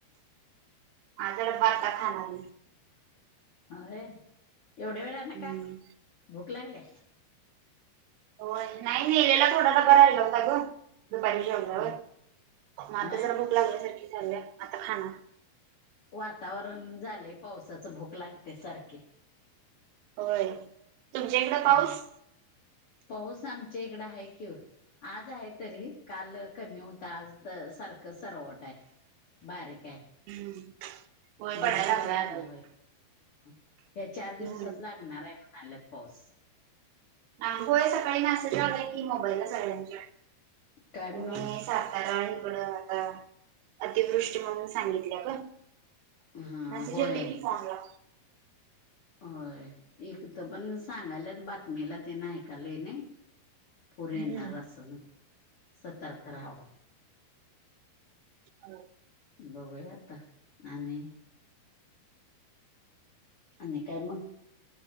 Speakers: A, on the right; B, on the left.
A: हा लय बारका झाला <inaudible>
B: होये.. एवढ्या वेळानं
A: हम्म
B: का? भूक लागली?
A: हो नाही नाही.. नेलेला थोडासा डब्बा राहिला होता ग दुपारी म
B: हो होय
A: आता जरा भूक लागल्यासारखी झाल्या आता खाणार..
B: वातावरण झालेय.. पावसाच.. भूक लागते सारखे
A: होय.. तुमच्या इकडे पाऊस
B: हम् पाऊस आमच्या इकड आहे कि ओ.. आज आहे तरी काल कमी होता.. आज तर सारखं सरवट आहे.. बारीक आहे
A: हम्म. होय
B: मधे
A: पडायला
B: किती
A: लागलाय
B: लागला...
A: आता.
B: बाई पाऊस.. या चार दिवसात
A: हम्म
B: लागणार आहे.. म्हणाल्यात पाऊस..
A: आज होय सकाळी मेसेज आलाय की, मोबाईलला सगळ्यांच्या
B: काय म्हणून
A: तुम्ही सातारा ईकड अ अतिवृष्टी म्हणून सांगितल्या ग
B: हा
A: मेसेज
B: होय
A: येते की फोन ला
B: होय.. इथपण सांगायलात बातमीला तेन ऐकालोय नाही पूर येणार
A: हम्म
B: असं म्हणतात.. सतर्क राहावं..
A: हो.
B: बघूया आता आणि.. आणि काय मग?